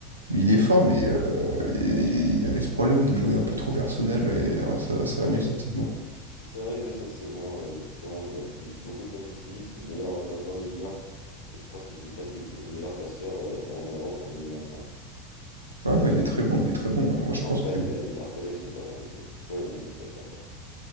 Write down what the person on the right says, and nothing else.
Mais il est fort,
mais
euh, il il avait ce problème de jouer un peu trop personnel et euh, ça, ça
va mieux
cette
saison.
Ah non, il est très bon, il est très bon. Moi, je
pense
que